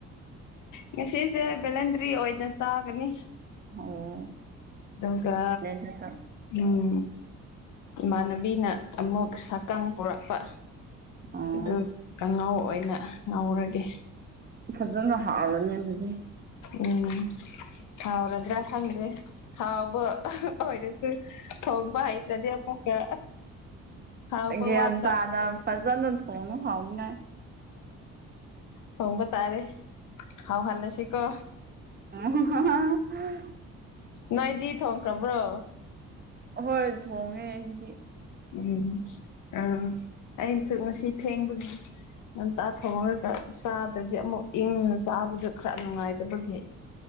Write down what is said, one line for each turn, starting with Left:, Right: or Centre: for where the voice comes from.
Left: ꯉꯁꯤꯁꯦ ꯚꯦꯂꯦꯟꯗ꯭ꯔꯤ ꯑꯣꯏꯅ ꯆꯥꯒꯅꯤ
Right: ꯑꯣ
Left: ꯑꯗꯨꯒ
Right: <unintelligible>
Left: ꯎꯝ ꯏꯃꯥꯟꯅꯕꯤꯅ ꯑꯃꯨꯛ ꯁꯛꯇꯥꯡ ꯄꯨꯔꯛꯄ
Right: ꯑꯣ
Left: ꯑꯗꯨ ꯀꯥꯡꯉꯥꯎ ꯑꯣꯏꯅ ꯉꯥꯎꯔꯒꯦ
Right: ꯐꯖꯅ ꯍꯥꯥꯎꯔꯅꯤ ꯑꯗꯨꯗꯤ
Left: ꯎꯝ ꯍꯥꯎꯔꯗ꯭ꯔꯥ ꯈꯪꯗꯦ ꯍꯥꯎꯕ ꯑꯣꯏꯔꯁꯨ ꯊꯣꯡꯕ ꯍꯩꯇ꯭ꯔꯗꯤ ꯑꯃꯨꯛꯀ ꯍꯥꯎꯕ
Right: ꯒ꯭ꯌꯥꯟ
Left: ꯋꯥꯠꯄ
Right: ꯇꯥꯅ ꯐꯖꯅ ꯊꯣꯡꯅ ꯍꯥꯎꯅꯤꯉꯥꯏ
Left: ꯊꯣꯡꯕ ꯇꯥꯔꯦ ꯍꯥꯎꯂꯜꯂꯁꯤ ꯀꯣ
Right: <unintelligible>
Left: ꯅꯣꯏꯗꯤ ꯊꯣꯡꯈ꯭ꯔꯕ꯭ꯔꯣ
Right: ꯍꯣꯏ ꯊꯣꯡꯉꯦ ꯑꯩꯗꯤ
Left: ꯎꯝ ꯑꯥ ꯑꯩꯅꯁꯨ ꯉꯁꯤ ꯊꯦꯡꯕꯒꯤ ꯉꯟꯇꯥ ꯊꯣꯡꯉꯔꯒ ꯆꯥꯗ꯭ꯔꯗꯤ ꯑꯃꯨꯛ ꯏꯪꯅ ꯆꯥꯕꯗꯨ ꯈ꯭ꯔ ꯅꯨꯡꯉꯥꯏꯇꯕꯒꯤ